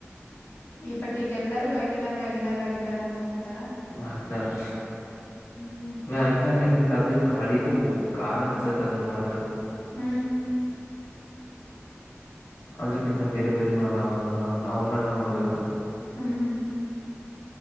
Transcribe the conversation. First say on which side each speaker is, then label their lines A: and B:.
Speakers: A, on the left; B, on the left.
A: ಇ ಬಟ್ ಈಗಲ್ಲಾರೂ ವ್ಯಾಗಿಿನಾರ್ ವ್ಯಾಗಿಿನಾರ್ ವ್ಯಾಗಿನಾರ್ ಅಂತ ಹೋಗ್ತಾರ
B: ವಾಗನರ್
A: ಹ್ಮ್
B: ವಾಗನರ್ ಎ ಅದ ಹಳಿದ ಕಾರ್ ಅನ್ಸತ್ ಅದ್ ನೋಡಿದ್ರ
A: ಹ್ಮ್
B: ಅದ್ರಕ್ಕಿಂತ ಬೇರೆ ಬೇರೆನು ಅದದನ್ನ ಅವನ್ನೆಲ್ಲ ನೋಡ್ಬೇಕಾ
A: ಹ್ಮ್.